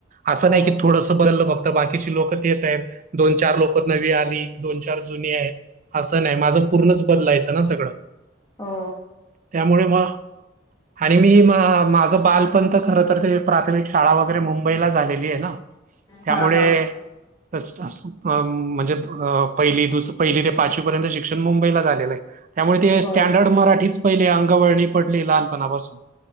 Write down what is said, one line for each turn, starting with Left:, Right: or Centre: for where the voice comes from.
Right: असं
Left: हो
Right: नाही की थोडंसं बदललं फक्त बाकीची लोक तेच आहेत... दोन चार लोक नवी आली दोन चार जुनी आहेत.... असं नाही माझं पूर्णच बदलायचं ना सगळं
Left: हो
Right: त्यामुळे म.... आणि मी माझ बाल.... खर तर ते प्राथमिक शाळा वगैरे मुंबईला झालेली आहे ना त्यामुळे....
Left: हा हा
Right: अच.... अ म्हणजे पहिली द पहिली ते पाचवी पर्यंत शिक्षण मुंबईला झालेलं आहे.... त्यामुळे ते
Left: होय
Right: स्टँडर्ड मराठीच पहिले अंगवळणी पडली लहानपणापासून...